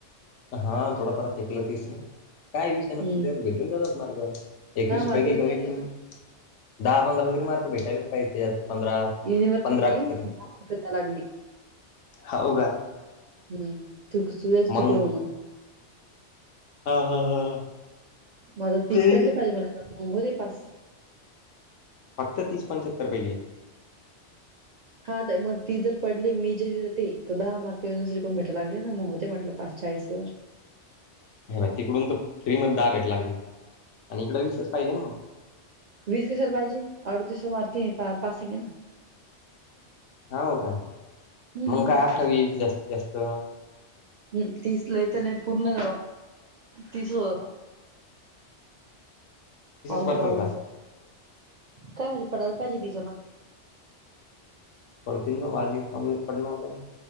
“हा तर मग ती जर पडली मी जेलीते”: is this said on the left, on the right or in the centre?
Right